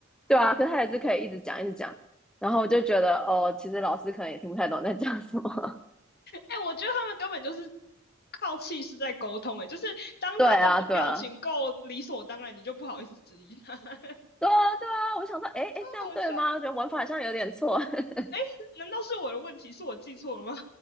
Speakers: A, in the centre; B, on the left (about 50°).
A: 对啊。可是他也是可以一直讲，一直讲。然后我就觉得哦，其实老师可能也听不太懂在讲什么。
B: 哎、欸我觉得他们根本就是靠气势在沟通、欸，哎，就是当他的表情够理所当然，
A: <laughs> 对啊，对啊，
B: 你就不好意思质疑他，<laughs>
A: 对啊，对啊。我想说，哎哎，
B: 超好笑。
A: 这样对吗？我觉得文法好像有点错。<laughs>
B: 哎、欸难道是我的问题？是我记错了吗？